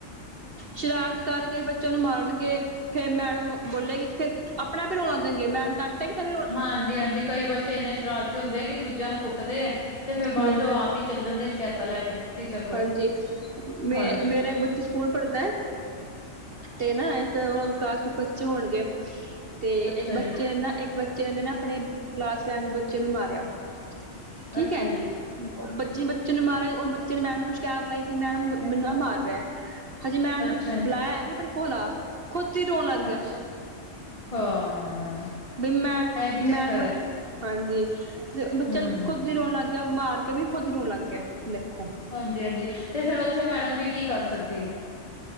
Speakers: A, on the right; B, on the left.
A: ਸ਼ਰਾਰਤ ਕਰਕੇ ਬੱਚਿਆਂ ਨੂੰ ਮਾਰਨਗੇ। ਫੇਰ ਮੈਡਮ ਬੋਲੇਗੀ ਤੇ। ਫੇਰ ਆਪਣਾ ਵੀ ਰੋਲਾ ਦੇਣਗੇ ਮੈਡ ਤਾਂ
B: ਹਾਂਜੀ-ਹਾਂਜੀ ਕਈ ਬੱਚੇ ਇੰਨੇ ਸ਼ਰਾਰਤੀ ਹੁੰਦੇ ਹੈ। ਕਿ ਦੂਜਿਆਂ ਨੂੰ ਕੁੱਟਦੇ ਹੈ। ਤੇ ਫੇਰ
A: ਹੂੰ
B: ਬਾਅਦ ਚੋਂ ਆਪ ਚੱਲ ਜਾਂਦੇ ਸ਼ਿਕਾਇਤਾਂ ਲੈ ਕੇ। ਟੀਚਰ ਕੋਲ।
A: ਹਾਂਜੀ, ਮੇ
B: ਹਾਂਜੀ-ਹਾਂਜੀ,
A: ਮੇਰੇ ਇੱਕ ਬੱਚਾ ਸਕੂਲ ਪੜਦਾ ਤੇ ਨਾ ਐ ਫੇਰ ਉਨਾ ਨੂੰ ਕਲਾਸ ਚ ਬੱਚੇ ਹੋਣਗੇ, ਤੇ
B: ਅੱਛਾ
A: ਇੱਕ ਬੱਚੇ
B: ਜੀ,
A: ਨੇ ਨਾ ਇੱਕ ਬ ਤੇ ਐਨੇ ਨਾ ਅਪਣੇ ਕਲਾਸ ਫੈਂਡ ਬੱਚੇ ਨੂੰ ਮਾਰਿਆ, ਠੀਕ
B: ਅੱਛਾ
A: ਐ।
B: ਜੀ,
A: ਓ ਬੱਚ ਜਿਵੇਂ ਬੱਚੇ ਨੂੰ ਮਾਰਿਆ ਉਹ ਬੱਚੇ ਨੇ ਮੈਮ ਨੂੰ ਸ਼ਿਕਾਇਤ ਲਾਈ ਕਿ ਮੈਡਮ ਮੈਨੂੰ ਐ ਮਾਰ ਰਿਆ। ਹਜੇ ਮੈਮ
B: ਅੱਛਾ
A: ਨੇ ਬੁਲਾਇਆ
B: ਜੀ,
A: ਐ ਕਿ ਅਪਣੇ ਕੋਲ ਆ ਖੁਦ ਈ ਰੋਣ ਲੱਗ ਗਿਆ।
B: ਅੱਛਾ ਹਾਂ।
A: ਬਈ ਮੈਂ,
B: ਇਹੀ ਚੱਕਰ
A: ਮੈਂ
B: ਐ,
A: ਹਾਂਜੀ ਤੇ ਬੱਚਾ
B: ਹੂੰ।
A: ਖੁੱਦ ਈ ਰੋਣ ਲੱਗ ਗਿਆ ਮਾਰ ਕੇ ਕਿ ਵੀ ਖੁੱਦ ਰੋਨ ਲੱਗ ਗਿਆ ਦੇਖੋ।
B: ਹਾਂਜੀ-ਹਾਂਜੀ ਤੇ ਫਿਰ ਓਥੇ ਮੈਡਮ ਵੀ ਕੀ ਕਰ ਸਕਦੀ ਐ,